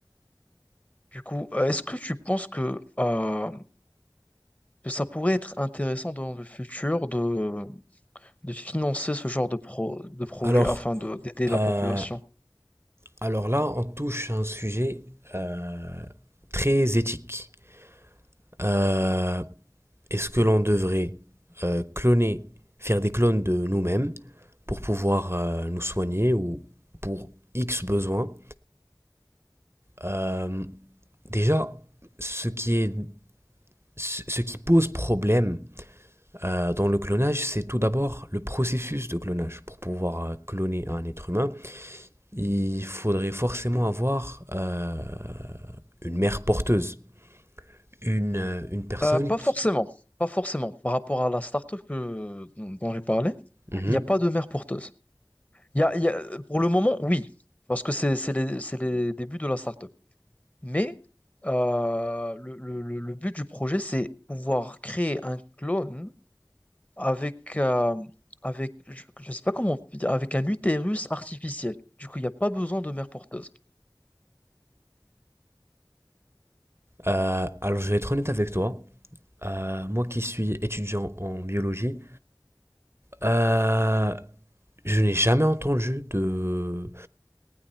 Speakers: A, on the left; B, on the right.
A: Du coup, euh, est-ce que tu penses que, euh, que ça pourrait être intéressant dans le futur de, de financer ce genre de, pro, de projet
B: Alors,
A: afin de, d'aider la
B: euh,
A: population?
B: alors là, on touche à un sujet euh, très éthique. Euh, est-ce que l'on devrait euh, cloner, faire des clones de nous-mêmes pour pouvoir euh, nous soigner ou pour X besoin Euh, Déjà, ce qui est, ce qui pose problème euh, dans le clonage, c'est tout d'abord le processus de clonage. Pour pouvoir euh, cloner un être humain, il faudrait forcément avoir euh, une mère porteuse, une, euh, une personne
A: Euh, pas
B: qui...
A: forcément, pas forcément. Par rapport à la start-up que, dont dont j'ai parlé,
B: Mhm.
A: il n'y a pas de mère porteuse. Il y a, il y a- pour le moment, oui, parce que c'est c'est les, c'est les débuts de la start-up. Mais euh, le, le- le- le but du projet, c'est pouvoir créer un clone avec, euh, avec je ne sais pas comment on peut dire, avec un utérus artificiel. Du coup, il n'y a pas besoin de mère porteuse.
B: Euh, alors, je vais être honnête avec toi. Euh, moi qui suis étudiant en biologie, euh, je n'ai jamais entendu de,